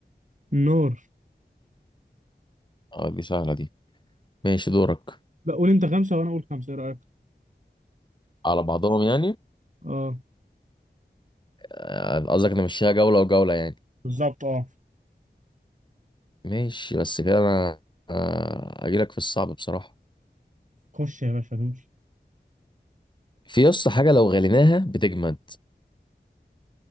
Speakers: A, on the right; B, on the left.
A: النار
B: اه دي سهله دي ماشي دورك
A: لا قول انت خمسه وانا اقول خمسه ايه رايك
B: على بعضهم يعني
A: اه
B: آه، قصدك انا مشيها جوله وجوله يعني
A: بالظبط أه
B: ماشي بس كده انا آه، هجيلك في الصعب بصراحه
A: خش يا باشا دوس
B: في يسطا حاجه لو غليناها بتجمد